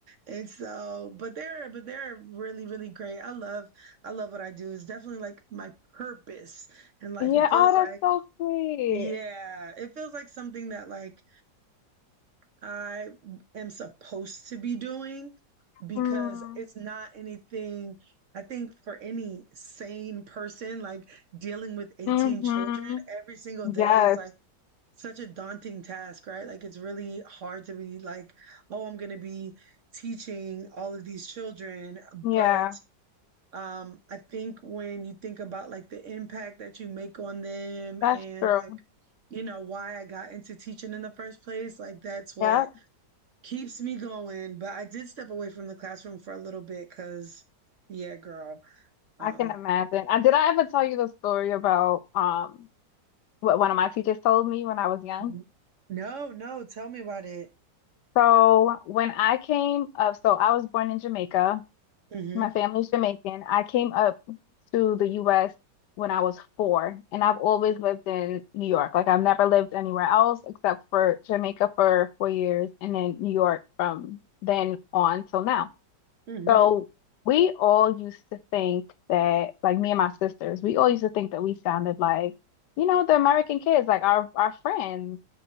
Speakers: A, on the right; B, on the left.
A: And so, but they're but they're really, really great. I love I love what I do. It's definitely like my purpose in life.
B: Yeah.
A: It feels
B: Oh, that's
A: like
B: so sweet.
A: yeah, it feels like something that like I am supposed to be doing because
B: Mm.
A: it's not anything. I think for any sane person, like dealing with 18
B: hmm
A: children every single
B: Yes.
A: day is like such a daunting task, right? Like it's really hard to be like, oh, I'm going to be teaching all of these children.
B: Yeah.
A: But um, I think when you think about like the impact that you make on them
B: That's
A: and
B: true.
A: like, you know, why I got into teaching in the first place, like that's what
B: Yeah.
A: keeps me going, but I did step away from the classroom for a little bit because, yeah, girl. Um,
B: I can imagine. Uh, did I ever tell you the story about um what one of my teachers told me when I was young?
A: Mhm. no, no, tell me about it.
B: So when I came up, so I was born in Jamaica.
A: hmm
B: My family's Jamaican. I came up to the US when I was four, and I've always lived in New York. Like I've never lived anywhere else except for Jamaica for four years and then New York from then on till now.
A: hmm
B: So we all used to think that, like me and my sisters, we all used to think that we sounded like, you know, the American kids, like our our friends.